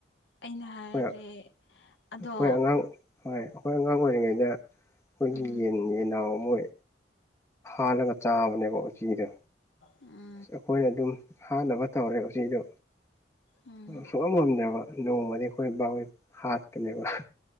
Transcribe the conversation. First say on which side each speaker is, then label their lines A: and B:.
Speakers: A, on the left; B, on the left.
A: ꯑꯩꯅ ꯍꯥꯏꯔꯔꯦ
B: ꯑꯩꯈꯣꯏ
A: ꯑꯗꯣ
B: ꯑꯩꯈꯣꯏ ꯑꯉꯥꯡ ꯍꯣꯏ ꯑꯩꯈꯣꯏ ꯑꯉꯥꯡ ꯑꯣꯏꯔꯤꯉꯩꯗ ꯑꯩꯈꯣꯏꯒꯤ
A: ꯎꯝ
B: ꯌꯦꯟ ꯌꯦꯟꯅꯥꯎ ꯃꯣꯏ ꯄꯥꯜꯂꯒ ꯆꯥꯕꯅꯦꯕ ꯎꯆꯤꯗꯣ
A: ꯎꯝ
B: ꯑ ꯑꯩꯈꯣꯏꯅ ꯑꯗꯨꯝ ꯍꯥꯟꯅꯕ ꯇꯧꯔꯦ ꯎꯆꯤꯗꯣ
A: ꯎꯝ
B: ꯁꯣꯛꯑꯝ ꯉꯝꯗꯕ ꯅꯣꯡꯃꯗꯤ ꯑꯩꯈꯣꯏ ꯕꯥꯣꯏ ꯍꯥꯠꯄꯅꯦꯕ